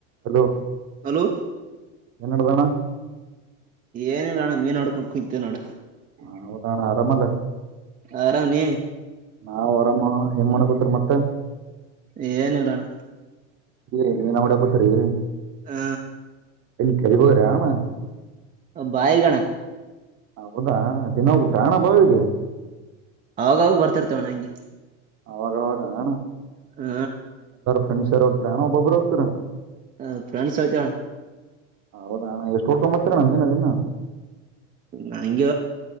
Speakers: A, on the right; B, on the right.
A: Hello
B: hello
A: ಎನಡದಣ
B: ಏನಿಲ್ಲ ನಣ್ ಏನ್ ನೋಡ್ಕೊಂಡು ಕು್ದೇ ನೋಡ
A: ಹ ಅೌದಣ ಆರಾಮಲ್ಲ
B: ಆರಾಮ್ ನೀ
A: ನಾ ವರಮ್ಮ ಹೆಂಗ್ ಮನೆ ಕೂತರ ಮತ್ತೆ
B: ಏನ ಇಲ್ಲಾನ
A: ಇಲ್ಲ ನೀನ್ ಹೊಡ ಗೂತ್ರಿ
B: ಹ
A: ಎಲ್ಲಿ ಗರಿಬರಣ
B: ಬಾಯಿಗಣ
A: ಹ ಹೌದಾ ದಿನ ಹೋಗುದಾ ಹಣ ಬಾವಿಗೆ
B: ಆ ಬರ್ತಿರ್ತೇವಣ ಹಂಗೆ
A: ಅವಾಗವಾಗಣ
B: ಹ
A: ್ರೆಂಡ್ಸರ್ ಹೋಗತಾ ಒಬ್ಬಬ್ರು ಹೋಗತಾ
B: ಹ ಪ್ರಾಣ ಸವತ
A: ಹೌದಾಣ ಎಷ್ಟು ಊಟ್ತ್ತರ ನಮ ನದನ್ನ
B: ನಾಂಗ